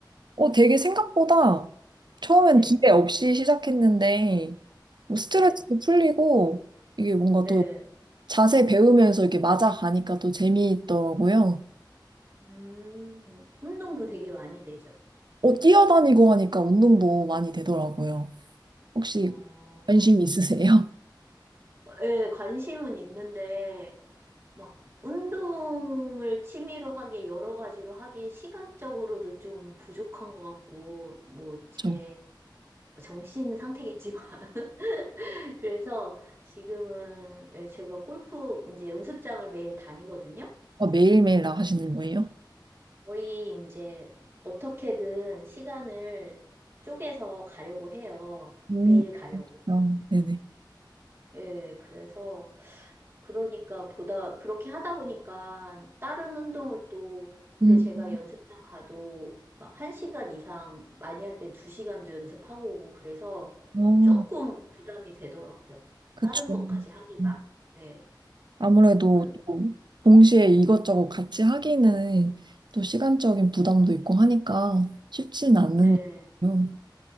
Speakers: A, on the right (about 65°); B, on the right (about 30°).
A: 어, 되게 생각보다 처음엔
B: 네,
A: 기대 없이 시작했는데, 뭐 스트레스도
B: 네,
A: 풀리고, 이게 뭔가
B: 네.
A: 또 자세 배우면서 이렇게 맞아가니까 또 재미있더라고요.
B: 음, 운동도 되게 많이 되죠.
A: 어, 뛰어다니고 하니까 운동도 많이 되더라고요. 혹시
B: 어,
A: 관심 있으세요?
B: 예, 관심은 있는데, 막, 운동을 취미로 하게, 여러 가지로 하기 시간적으로도 좀 부족한 것 같고, 뭐,
A: <laughs>
B: 제
A: 저
B: 정신 상태겠지만. <laughs> 그래서 지금은 예, 제가 골프 이제 연습장을 매일 다니거든요.
A: 어, 매일매일 나가시는 거예요?
B: 거의 이제 어떻게든 시간을 쪼개서 가려고 해요.
A: 음,
B: 매일 가려고.
A: 어, 네네.
B: 예, 그래서 그러니까 보다 그렇게 하다 보니까 다른 운동을 또 근데
A: 음,
B: 제가
A: 음,
B: 연습장 가도 막시간 이상 많이 할 땐 두 시간도 연습하고 오고 그래서
A: 어.
B: 조금 부담이 되더라고요.
A: 그쵸.
B: 다른 것까지 하기가.
A: 음.
B: 네.
A: 아무래도
B: 그러면
A: 또 동시에 이것저것 같이 하기는 또 시간적인 부담도 있고 하니까 쉽진 않는
B: 네.
A: 거예요.